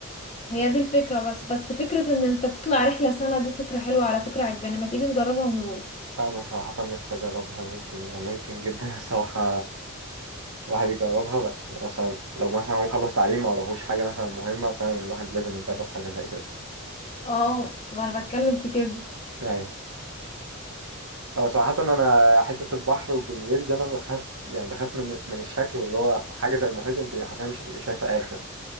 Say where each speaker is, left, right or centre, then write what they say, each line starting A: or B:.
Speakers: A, on the left; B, on the right.
A: هي دي الفكرة بس بس فكرة ان انت تطلع رحلة سنة دي فكرة حلوة على فكرة عجباني ما تيجي نجربها ونروح
B: انا صراحة نفسي اجربها ممكن يعني ممكن جدا <laughs> الصراحة الواحد يجربها بس مثلا لو مثلا هو مخلص تعليم ما وراهوش حاجة مثلا مهمة فعلا الواحد لازم يجرب حاجة زي كده
A: اه ما انا بتكلم في كده
B: ايوه هو صراحة انا حتة البحر وبالليل ده انا بخاف يعني بخاف من من الشكل واللي هو حاجة زي المحيط انت حرفيا مش هتبقي شايفة اخر